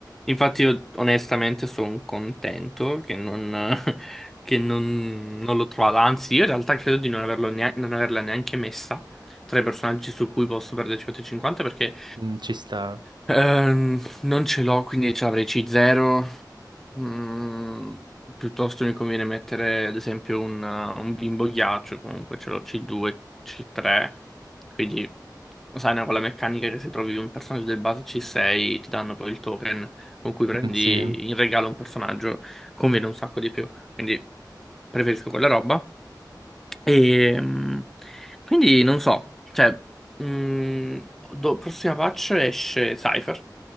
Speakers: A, in the centre; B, on the right (about 80°).
A: Infatti io onestamente sono contento che non, <laughs> che non- non l'ho trovata, anzi io in realtà credo di non, averlo neanche, non averla neanche messa tra i personaggi su cui posso perdere 50-50 perché
B: Mm, ci sta.
A: ehm, non ce l'ho, quindi ce l'avrei C0, Mm, piuttosto mi conviene mettere ad esempio un, un bimbo ghiaccio, comunque ce l'ho C2, C3, quindi lo sai, no, con la meccanica che se trovi un personaggio del base C6 ti danno poi il token con cui prendi
B: Mm, Sì,
A: in regalo un personaggio, conviene un sacco di più. Quindi preferisco quella roba. E mm, quindi non so, cioè, mm, do- prossima patch esce Cypher,